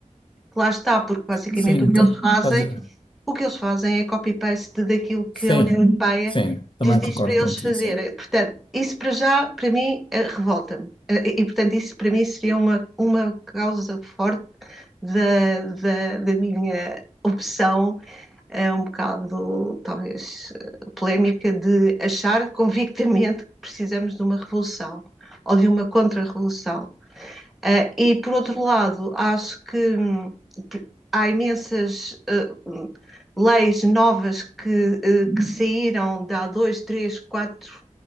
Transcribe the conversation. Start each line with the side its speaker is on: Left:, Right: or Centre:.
Centre: que lá está, porque basicamente
Left: Sim,
Centre: o que
Left: tá-
Centre: eles fazem
Left: estás a-
Centre: o que eles fazem é copy-paste daquilo
Left: sim.
Centre: que a União Uhum. Europeia
Left: Sim. Também
Centre: lhes diz
Left: concordo
Centre: para eles
Left: contigo,
Centre: fazerem.
Left: sim.
Centre: Portanto, isso para já, para mim, eh, revolta-me. Eh, E, e, portanto, isso para mim seria uma, uma causa forte da, da, da minha opção, eh, um bocado, talvez, eh, polémica, de achar convictamente que precisamos de uma revolução ou de uma contra-revolução. Ah, e por outro lado, acho que hum, há imensas uh, leis novas que, uh, que saíram de há dois, três, quatro,